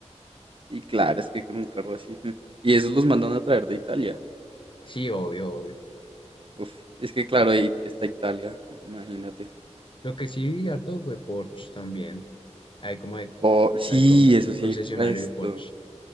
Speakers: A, on the right (about 45°); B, on the left (about 45°).
A: Y claro, es que con un carro así. <laughs> mm. Y esos los mandan a traer de Italia.
B: Sí, obvio, obvio.
A: Uf, es que claro, ahí está Italia, imagínate.
B: Lo que sí vi harto fue Porsche también. Hay como de-
A: Oh, sí,
B: hay con-
A: eso sí
B: concesionario
A: hay resto.
B: de Porsche.